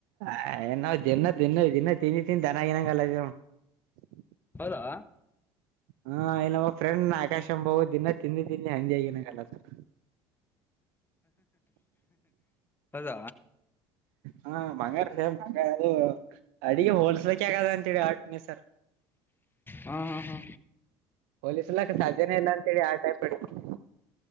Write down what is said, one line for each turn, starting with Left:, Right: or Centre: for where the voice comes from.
Right: ಹ ಏ ನಾವವು ದಿನ ತಿನ್ನ ದನ್ನ ತಿಿಂದಿ ತಿಿಂದಿ ತನ್ನಾಗಿನಂಗಲ್ಲ <unintelligible>
Left: ಹೌದಾ
Right: ಹಾ ಇ ನಮ್ಮ ಫ್ರೆಂಡ್ ಆಕಾಶ ಅಬಹುದು ದಿನ ತಿಂದು ತಿಂದು ಹಂದಿ ಆಗಿನಾಗಲ್ಲ ಸಾರ್
Left: ಹೌದ
Right: ಹಾ ಬಂಗಾರೇಮ್ಂಗ ಅದು ಅಡಿಗೆ ಹೋಲ್ಸೆಲ್ಕ್ ಹಗದ ಅಂತೇಳಿ ಆಟ್ರ್ <unintelligible>
Left: ಹಾ ಹಾ ಹಾ
Right: ಪೊಲೀಸ್ಲಾಕ್ ಸಾಧ್ಯನೇ ಇಲ್ಲ ಅಂತೇಳಿ ಆ ಟೈಪ್ ರೆಡಿ ಮಾಡಿದ್